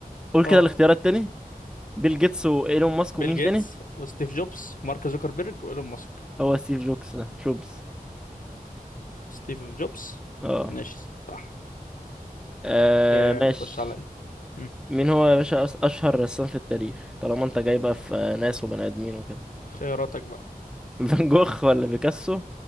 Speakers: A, in the centre; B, on the left.
A: قول
B: اه
A: كده الاختيارات تاني بيل جيتس وايلون ماسك
B: بيل
A: ومين
B: جيتس
A: تاني
B: وستيف جوبز مارك زوكربيرج وايلون ماسك
A: هو ستيف جوبز ده جوبز
B: ستيف جوبز
A: اه
B: ماشي صح
A: آه،
B: إيه
A: ماشي
B: نخش عليا مم.
A: مين هو يا باشا أس- اشهر رسام في التاريخ طالما انت جاي بقى في آه، ناس وبني ادمين وكده
B: خياراتك بقى
A: <laughs> فان جوخ ولا بيكاسو